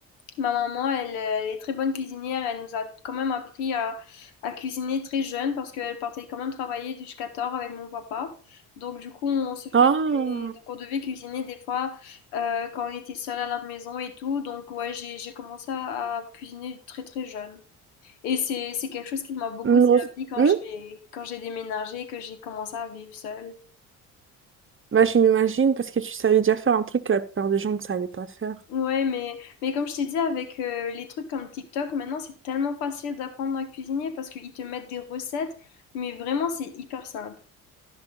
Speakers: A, on the left; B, on the right.
A: ma maman, elle, elle est très bonne cuisinière. Elle nous a quand même appris à, à cuisiner très jeune parce qu'elle partait quand même travailler jusqu'à tard avec mon papa. Donc du coup, on se fait
B: Ah,
A: des- donc on devait cuisiner des fois euh, quand on était seul à la maison et tout. Donc ouais, j'ai j'ai commencé à à cuisiner très très jeune. Et c'est c'est quelque chose qui m'a beaucoup
B: une
A: servi
B: grosse-
A: quand
B: Hmm
A: j'ai quand j'ai déménagé et que j'ai commencé à vivre seule.
B: Bah, je m'imagine parce que tu savais déjà faire un truc que la plupart des gens ne savaient pas faire.
A: Ouais, mais, mais comme je t'ai dit, avec euh, les trucs comme TikTok, maintenant c'est tellement facile d'apprendre à cuisiner parce qu'ils te mettent des recettes, mais vraiment c'est hyper simple.